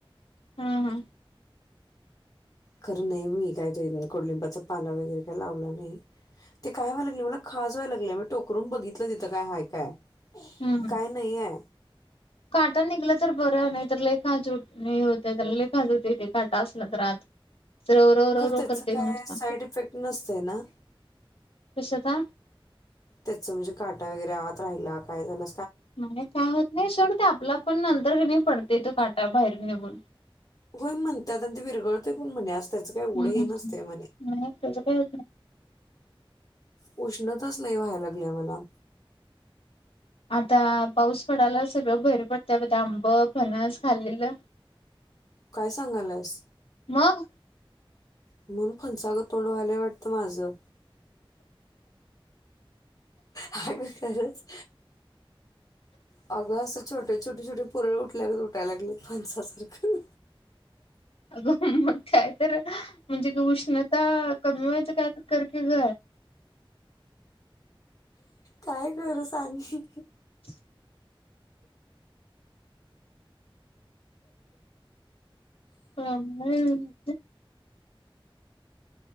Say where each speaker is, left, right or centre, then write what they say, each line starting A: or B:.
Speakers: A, on the left (about 85°); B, on the left (about 40°).
A: हा हा.
B: खरं नाही बाई मी काय ते कडूलिंबाचा पाला वगैरे काय लावला नाही. ते काय व्हायं लागले मला खाज व्हाय लागलं मी टोकरून बघितलं तिथं काय हाय काय.
A: हम्म
B: काय नाहीये.
A: काटा निघला तर बरं नाही तर लई खाज--उ होत त्याला लई खाजवतंय ते कट असला तर आत रव रव रव
B: खर
A: रव
B: तेच
A: करतंय
B: काय
A: नुसता.
B: साईड इफेक्ट नसते ना.
A: कशाचा
B: त्याच म्हणजे काटा वगैरे आत राहिला काय झालं
A: म्हणजे काय होत नाही सोडते आपला पण न <unintelligible> कणी पडते तो काटा बाहेर निघून.
B: होय. म्हणतात ते विरगळते पण म्हणे अस त्याचं काय एवढं
A: हम्म.
B: हे नसतं म्हणे.
A: नाही त्याचं काय होत नाही.
B: उ उष्णताच लय व्हायला लागल्या मला.
A: आता पाऊस पडायला सगळं बहेर पडतं ब आंब फनस खाल्लेलं.
B: काय सांगायलास?
A: मग
B: म्हणून फणसागत तोंड व्हायलय वाटतं माझं. अहं अगं खरंच! अगं असं छोटे, छोटे, छोटे पुरळ उठल्या उठायला लागले फणसासारखं.
A: अगं मग काय तर म्हणजे उष्णता कमी व्हायच काय तर कर की ग?
B: काय करू सांग अहं
A: <inaudible> ह हम्म हम्म